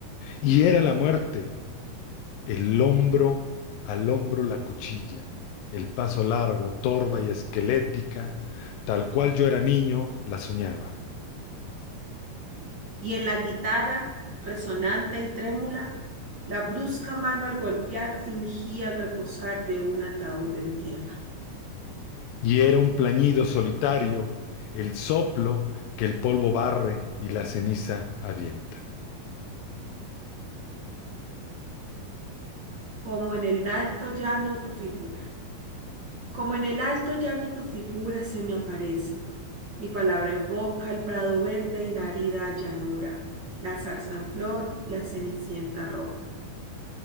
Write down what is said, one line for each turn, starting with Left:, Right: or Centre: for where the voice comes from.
Left: Y era la muerte, el hombro al hombro la cuchilla, el paso largo, torva y esquelética, tal cual yo era niño, la soñaba.
Right: Y en la guitarra, resonante y trémula, la brusca mano al golpear fingía el reposar de un ataúd en tierra.
Left: Y era un plañido solitario, el soplo que el polvo barre y la ceniza avienta.
Right: como en el alto llano tu figura. Como en el alto llano tu figura se me aparece. Mi palabra evoca el prado verde y la arida llanura, la zarza en flor, la cenicienta roca.